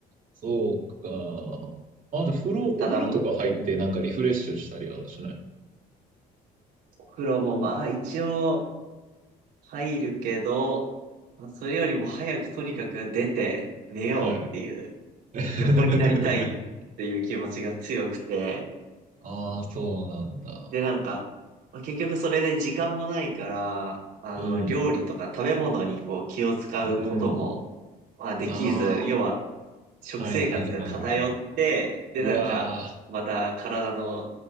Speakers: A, on the right; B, on the right.
A: そうか。あ、じゃあ、風呂、
B: うんただ、
A: お風呂とか入ってなんかリフレッシュしたりはしない
B: ま、うん。お風呂もまあ一応入るけど、それよりも早くとにかく出て寝ようっていう、
A: はい。<laughs>
B: 横になりたいっていう気持ちが強くて、
A: ああ、そうなんだ。
B: でなんか、まあ結局それで時間もないから、あの、
A: うん。
B: 料理とか食べ物にこう気を使うことも、
A: うん。
B: まあできず、
A: あ
B: 要は食生活が偏って、
A: あ、はいはいはいはい。
B: で、
A: うわ
B: なんか、また体の